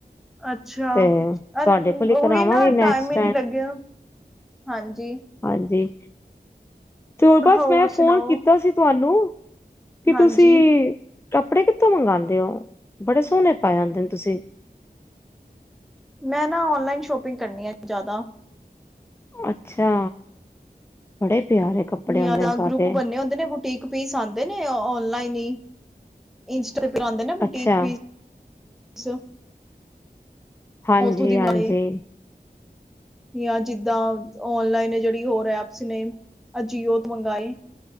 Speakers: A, in the centre; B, on the left.
A: ਅੱਛਾ,
B: ਤੇ ਤੁਹਾਡੇ
A: ਅ
B: ਕੋਲ ਹੀ ਕਰਾਵਾਂਗੀ
A: ਉਹੀ ਨਾ
B: ਨੈਕਸਟ
A: ਟਾਈਮ ਹੀ ਨੀ ਲੱਗਿਆ। ਹਾਂਜੀ,
B: ਹਾਂਜੀ ਤੇ ਬਸ
A: ਹੋਰ
B: ਮੈਂ ਫੋਨ
A: ਸੁਣਾਓ।
B: ਕੀਤਾ ਸੀ ਤੁਹਾਨੂੰ, ਕਿ ਤੁਸੀਂ
A: ਹਾਂਜੀ
B: ਕੱਪੜੇ ਕਿੱਥੋਂ ਮੰਗਾਂਦੇ ਓ? ਬੜੇ ਸੋਹਣੇ ਪਾਏ ਹੁੰਦੇ ਨੇ ਤੁਸੀਂ।
A: ਮੈਂ ਨਾ ਔਨਲਾਈਨ ਸ਼ੋਪਿੰਗ ਕਰਨੀ ਆ ਜ਼ਿਆਦਾ।
B: ਅੱਛਾ, ਬੜੇ ਪਿਆਰੇ। ਕੱਪੜੇ
A: ਜਿਂਆਦਾ
B: ਹੁੰਦੇ ਨੇ ਤੁਹਾਡੇ
A: ਗਰੁੱਪ ਬਣੇ ਹੁੰਦੇ ਨੇ, ਬੂਟੀਕ ਪੀਸ ਆਂਦੇ ਨੇ ਆਨਲਾਈਨ ਹੀ। ਇੰਸਟਾਗ੍ਰਾਮ ਦੇ ਨਾ ਬੂਟੀਕ
B: ਅੱਛਾ
A: ਪੀਸ।
B: ਹਾਂਜੀ-ਹਾਂਜੀ।
A: ਉੱਥੋਂ ਦੀ ਮਲੇ ਜਾਂ ਜਿੱਦਾਂ ਔਨਲਾਈਨ ਜਿਹੜੀ ਹੋਰ ਐਪਸ ਨੇ, ਅ ਜੀਓ ਤੋਂ ਮੰਗਾਈ।